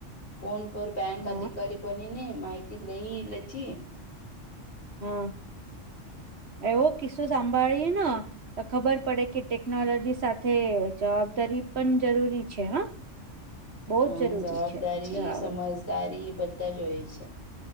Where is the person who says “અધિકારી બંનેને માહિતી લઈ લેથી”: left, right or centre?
Left